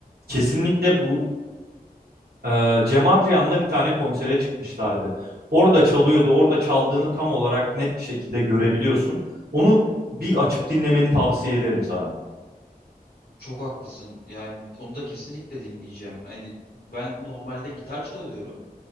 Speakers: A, on the right; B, on the left.
A: kesinlikle bu e, Cem Adrian'la bir tane konsere çıkmışlardı. Orada çalıyordu, orada çaldığını tam olarak net bir şekilde görebiliyorsun. Onu bir açıp dinlemeni tavsiye ederim sana.
B: Çok haklısın. Yani onu da kesinlikle dinleyeceğim. Yani ben normalde gitar çalıyorum.